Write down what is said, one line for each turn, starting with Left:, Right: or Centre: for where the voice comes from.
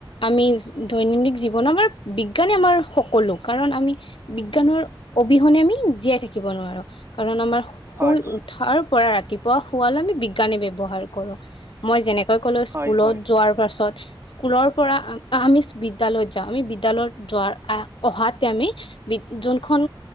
Left: আমি দৈনন্দিন জীৱন আমাৰ বিজ্ঞানে আমাৰ সকলো কাৰণ আমি বিজ্ঞানৰ অবিহনে আমি জীয়াই থাকিব নোৱাৰো কাৰণ আমাৰ শুই
Right: হয়
Left: উঠাৰ পৰা ৰাতিপুৱা শুৱালে আমি বিজ্ঞানে ব্যবহাৰ কৰো মই যেনেকৈ ক'লো স্কুলত
Right: হয় হয়
Left: যোৱাৰ পাছত স্কুলৰ পৰা আমি বিদ্যালয়ত যাওঁ আমি বিদ্যালয়ত যোৱাৰ আ অহাতে আমি বিগ যোনখন